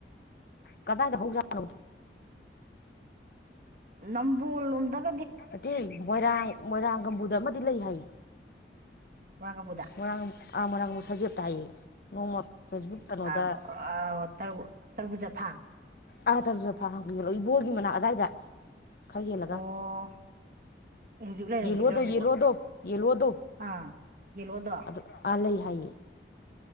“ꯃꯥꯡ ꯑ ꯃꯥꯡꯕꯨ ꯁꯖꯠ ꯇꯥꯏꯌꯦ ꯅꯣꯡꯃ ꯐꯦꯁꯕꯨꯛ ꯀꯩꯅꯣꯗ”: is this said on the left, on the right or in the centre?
Left